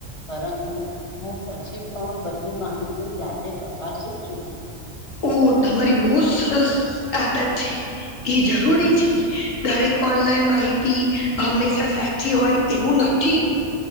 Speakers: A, on the left; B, on the left.
A: પરંતુ હું પછી પણ બધી માહિતી જાતે ચક ક શું છું
B: ઓ તમારી બહુ સરસ આદત છે એ જરૂરી છે દરેક ઓનલાઈન માહિતી હંમેશા સાચી હોય એવું નથી